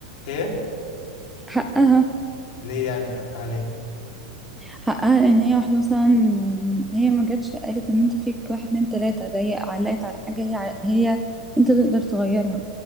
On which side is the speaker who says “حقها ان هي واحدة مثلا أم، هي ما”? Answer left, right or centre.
Centre